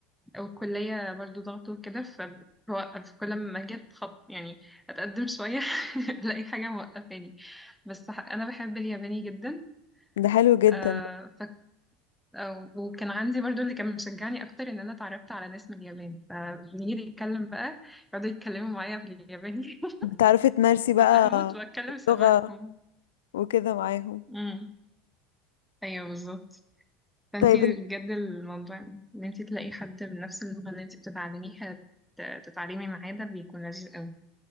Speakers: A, in the centre; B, on the left.
A: والكلية برضو ضغط وكده فبوقف كل ما جيت خط يعني أتقدم شوية <laughs> ألاقي حاجة موقفاني بس ح- أنا بحب الياباني جدا
B: ده حلو جدا
A: آه ف... آه، وكان عندي برضو اللي كان مشجعني أكتر إن أنا اتعرفت على ناس من اليابان فبنيجي نتكلم بقى يقعدوا يتكلموا معايا بالياباني
B: بتعرفي تمارسي
A: <laughs>
B: بقى
A: ببقى هموت وأتكلم
B: اللغة
A: شبههم
B: وكده معاهم
A: امم أيوه بالظبط فأنتي
B: طيب
A: بجد الموضوع إن أنتي تلاقي حد بنفس اللغة اللي أنتي بتتعلميها ت- تتعلمي معاه ده بيكون لذيذ أوي.